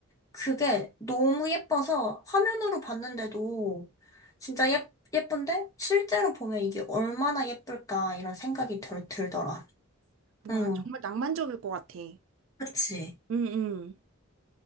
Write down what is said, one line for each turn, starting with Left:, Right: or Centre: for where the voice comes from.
Left: 그게 너무 예뻐서 화면으로 봤는데도 진짜 예, 예쁜데 실제로 보면 이게 얼마나 예쁠까 이런 생각이 들, 들더라.
Right: 와,
Left: 응,
Right: 정말 낭만적일 것 같아.
Left: 그치.
Right: 응, 응.